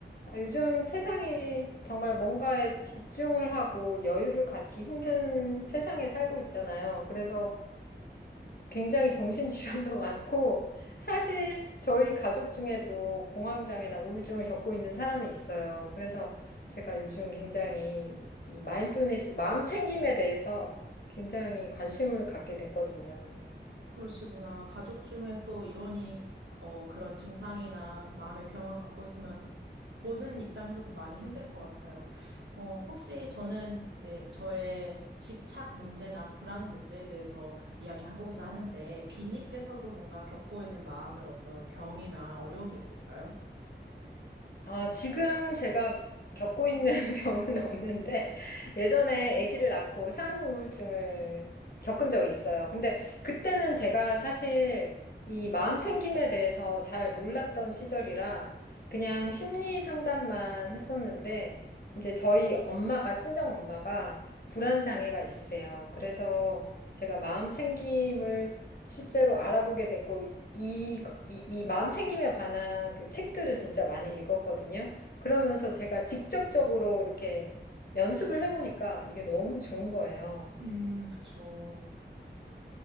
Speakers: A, on the left; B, on the right.
A: 아, 요즘 세상이 정말 뭔가에 집중을 하고 여유를 갖기 힘든 세상에 살고 있잖아요. 그래서 굉장히 정신질환도 <laughs> 많고, 사실 저희 가족 중에도 공황장애나 우울증을 겪고 있는 사람이 있어요. 그래서 제가 요즘 굉장히 이 마인드풀니스, 마음 챙김에 대해서 굉장히 관심을 갖게 됐거든요.
B: 그러시구나. 가족 중에 또 일원이 어 그런 증상이나 마음의 병을 갖고 있으면 보는 입장에서도 많이 힘들 것 같아요. 어, 혹시 저는 이제 저의 집착 문제나 불안 문제에 대해서 이야기하고자 하는데, 비님께서도 뭔가 겪고 있는 마음의 어떤 병이나 어려움이 있을까요?
A: 아, 지금 제가 겪고 있는 <laughs> 병은 없는데 예전에 아기를 낳고 산후 우울증을 겪은 적이 있어요. 근데 그때는 제가 사실 이 마음 챙김에 대해서 잘 몰랐던 시절이라 그냥 심리 상담만 했었는데 이제 저희 엄마가 친정 엄마가 불안 장애가 있으세요. 그래서 제가 마음 챙김을 실제로 알아보게 됐고 이, 이, 이 마음 챙김에 관한 그 책들을 진짜 많이 읽었거든요. 그러면서 제가 직접적으로 이렇게 연습을 해보니까 이게 너무 좋은 거예요.
B: 음, 그쵸.